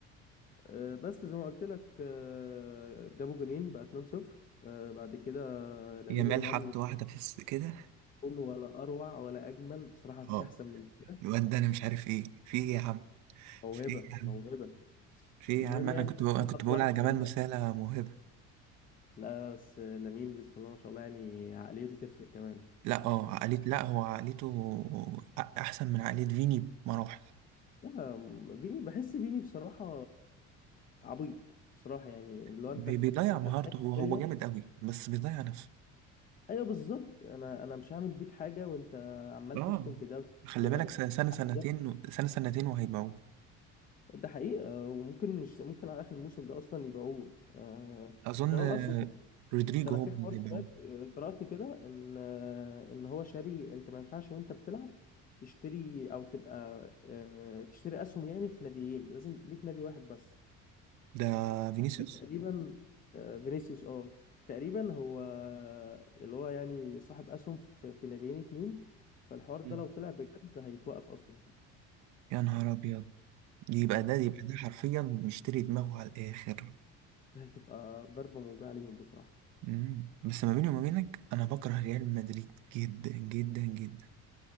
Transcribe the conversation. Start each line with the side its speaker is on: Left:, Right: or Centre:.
Left: آه، بس زي ما قلت لك آه، جابوا جونين بقى 2-0 آه، بعد كده لامين
Right: يامال
Left: يامال
Right: حط واحدة في الس- كده
Left: كله ولا اروع ولا اجمل بصراحه مفيش
Right: اه
Left: احسن من كده
Right: الواد ده أنا مش عارف إيه في إيه يا عم
Left: موهبه
Right: في إيه يا عم
Left: موهبه
Right: في إيه
Left: المهم
Right: يا عم أنا
Left: يعني
Right: كنت بقول أنا كنت
Left: حط
Right: بقول
Left: واحده
Right: على جمال
Left: في الجنة
Right: مسالة موهبة
Left: لا لا، بس لامين بسم الله ما شاء الله يعني عقليته تفرق كمان
Right: لا اه عقلية لا هو عقليته أ- احسن من عقلية فيني بمراحل
Left: لا فيني بحس فيني بصراحة عبيط بصراحة يعني اللي
Right: بي-
Left: هو انت في
Right: بيضيع
Left: انت
Right: مهارته
Left: في حتة
Right: هو هو
Left: تانية
Right: جامد قوي بس بيضيع نفسه
Left: ايوه بالظبط انا انا مش هعمل بيك حاجة وانت عمال
Right: اه
Left: تشتم في ده
Right: خلي
Left: في ده
Right: بالك سنة سنة سنتين
Left: في ده
Right: سنة سنتين وهيبيعوه
Left: ده حقيقة وممكن مش ممكن على اخر الموسم ده اصلا يبيعوه آه
Right: اظن
Left: وكمان
Right: آه،
Left: اصلا
Right: رودريجو
Left: ده انا
Right: هو
Left: في
Right: اللي
Left: حوار
Right: هيبيعوه
Left: سمعت آه، قرأت كده ان آه ان هو شاري انت ما ينفعش وانت بتلعب تشتري او تبقى آه تشتري اسهم يعني في ناديين لازم ليك نادي واحد بس
Right: ده فينيسيوس
Left: فتقريبا آه، فينيسيوس اه فتقريبا هو اللي هو يعني صاحب اسهم في في ناديين اتنين فالحوار ده
Right: مم.
Left: لو طلع بجد هيتوقف اصلا
Right: يا نهار ابيض دي يبقى ده دي يبقى ده حرفيا مشتري دماغه على الاخر
Left: فهتبقى <laughs> ضربة موجعة ليهم بصراحة
Right: مم. بس ما بيني وما بينك انا بكره ريال مدريد جدا جدا جدا